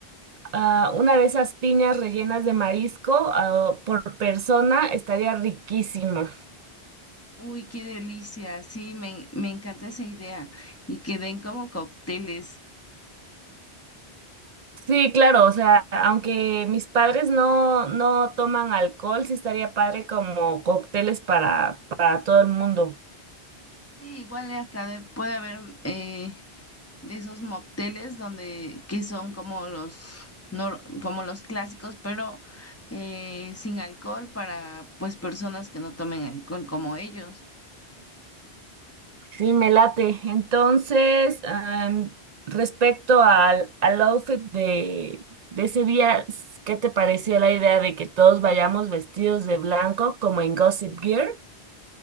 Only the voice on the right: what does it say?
ah, una de esas piñas rellenas de marisco ah, por persona estaría riquísimo.
Sí, claro, o sea, aunque mis padres no, no toman alcohol, sí estaría padre como cócteles para, para todo el mundo.
Sí, me late. Entonces, am, respecto al, al outfit de, de ese día, s- ¿qué te pareció la idea de que todos vayamos vestidos de blanco como en Gossip Gear?